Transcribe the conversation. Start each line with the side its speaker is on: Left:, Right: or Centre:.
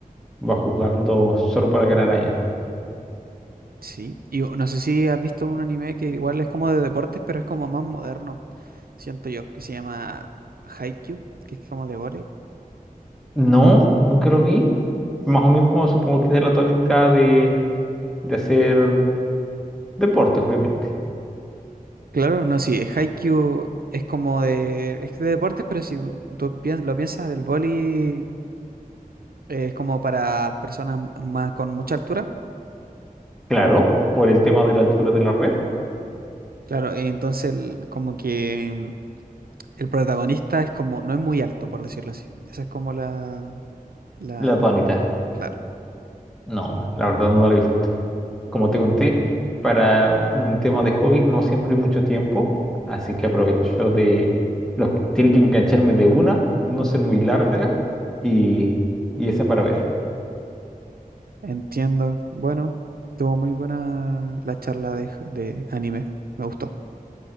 Centre: va juzgando solo para ganar años.
Right: sí. Y u- no sé si has visto un anime que igual es como de deportes, pero es como más moderno. siento yo, que se llama Haikyuu, que es como de vóley.
Centre: No, nunca lo vi. Más o menos supongo que es de la tónica de, de hacer deportes, obviamente.
Right: Claro, no, sí, Haikyuu es como de, es de deportes, pero si tú piens- lo piensas, el vóley eh, es como para personas más con mucha altura.
Centre: Claro, por el tema de la altura de la red,
Right: Claro, eh, entonces el- como que mm, el protagonista es como, no es muy alto, por decirlo así. Esa es como la, la,
Centre: la tónica.
Right: claro.
Centre: No, la verdad no la he visto. como te conté, para un tema de hobbies no siempre hay mucho tiempo, así que aprovecho de... Los, tiene que engancharme de una, no ser muy larga y, y esa para ver.
Right: Entiendo. Bueno, tuvo muy buena la charla de, de anime. Me gustó.